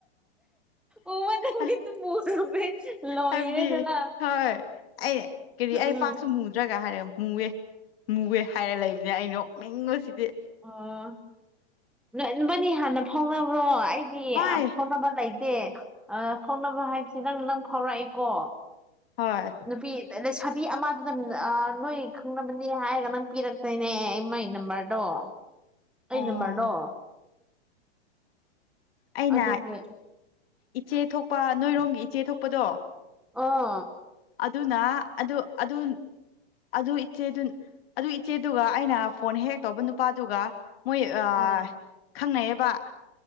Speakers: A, in the centre; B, on the left.
A: ꯑꯕ ꯅꯨꯃꯤꯠꯇꯥ
B: ꯑ
A: ꯃꯨꯔꯨꯃ° ꯂꯣꯏꯔꯦꯗꯅ
B: ꯍꯥꯏꯕꯗꯤ ꯍꯣꯏ ꯑꯩ ꯀꯔꯤ
A: ꯎꯝ
B: ꯑꯩ ꯄꯥꯛꯁꯨ ꯃꯨꯗ꯭ꯔꯒ ꯍꯥꯏꯔꯒ ꯃꯨꯋꯦ ꯃꯨꯒꯦ ꯍꯥꯏꯔ ꯂꯩꯕꯅꯦ ꯑꯩꯅꯣꯛ ꯅꯤꯡꯉꯣꯕꯁꯤꯗꯤ
A: ꯑꯣ ꯅꯣꯏꯕꯅꯤ ꯍꯥꯟꯅ ꯐꯥꯎꯅꯕ꯭ꯔꯣ ꯑꯩ
B: ꯍꯣꯏ
A: ꯐꯥꯎꯅꯕ ꯂꯩꯇꯦ ꯑꯥ ꯐꯥꯎꯅꯕ ꯍꯥꯏꯕꯁꯤ ꯅꯪ ꯅꯪ ꯐꯥꯎꯔꯛꯑꯦꯀꯣ
B: ꯍꯣꯏ
A: ꯅꯨꯄꯤ ꯂꯩꯁꯥꯕꯤ ꯑꯃꯗꯨꯗ ꯅꯣꯏ ꯈꯪꯅꯕꯅꯦ ꯍꯥꯏꯔꯒ ꯅꯪ ꯄꯤꯔꯛꯇꯣꯏꯅꯦ ꯃꯥꯏ ꯅꯝꯕꯔ ꯗꯣ ꯑꯩ
B: ꯑꯣ
A: ꯅꯝꯕꯔꯗꯣ
B: ꯑꯩꯅ
A: ꯑꯗꯨꯒꯤ
B: ꯏꯆꯦ ꯊꯣꯛꯄ ꯅꯣꯏꯔꯣꯝꯒꯤ ꯏꯆꯦ ꯊꯣꯛꯄꯗꯣ
A: ꯑꯣ
B: ꯑꯗꯨꯅ ꯑꯗꯨ ꯑꯗꯨ ꯑꯗꯨ ꯏꯆꯦꯗꯨ ꯑꯗꯨ ꯏꯆꯦꯗꯨꯒ ꯑꯩꯅ ꯐꯣꯟ ꯍꯦꯛ ꯇꯧꯕ ꯅꯨꯄꯥꯗꯨꯒ ꯃꯣꯏ ꯑꯥ
A: ꯎꯝ
B: ꯈꯪꯅꯩꯑꯌꯦꯕ